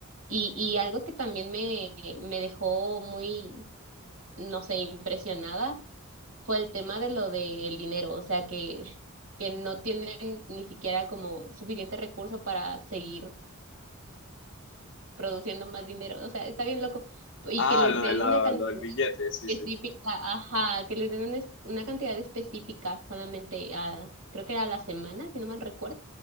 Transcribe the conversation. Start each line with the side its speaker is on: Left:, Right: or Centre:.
Right: Y, y algo que también me, me dejó muy, no sé, impresionada fue el tema de lo del dinero, o sea, que, que no tienen ni siquiera como suficiente recurso para seguir produciendo más dinero, o sea, está bien loco, y
Left: Ah,
Right: que les
Left: lo
Right: den
Left: de la,
Right: una cantidad
Left: lo del billete, sí,
Right: específica,
Left: sí.
Right: ajá, que les den una, es- una cantidad específica solamente a, creo que a la semana, si no mal recuerdo,